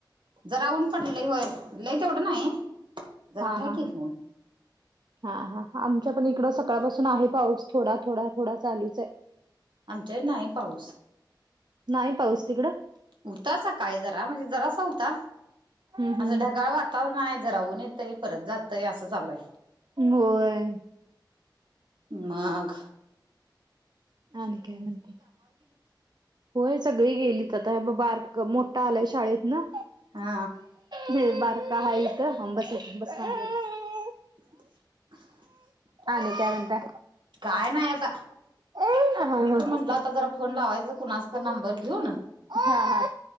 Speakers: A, on the right; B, on the right.
A: जरा ऊन पडलं होय लई तेवढं नाही जरा
B: हा
A: आहे
B: हा
A: की
B: हा
A: ऊन
B: हा हा आमच्या पण इकडं सकाळपासून आहे पाऊस थोडा थोडा थोडा चालूच आहे
A: आमचे नाही पाऊस
B: नाही पाऊस तिकडं
A: उतासा काय जरा म्हणजे जरासा होता
B: हम्म हम्म
A: असं ढगाळव आातावर नाही जराऊून येतय परत जातय असं चालूय
B: होय
A: मघ
B: ह न कायत होय सगळी गेलीत आता ब बार मोठा आलाय शाळेऐत ना
A: हा
B: म बार का हाय तर बस मांडीवर.
A: <inaudible>
B: ह नाही काय म्हणता
A: काय नाही आता
B: हा हा
A: मी
B: हा
A: पण म्हटल आता जरा फोन लावायच कुणाचा नंबर घेऊन
B: हा हा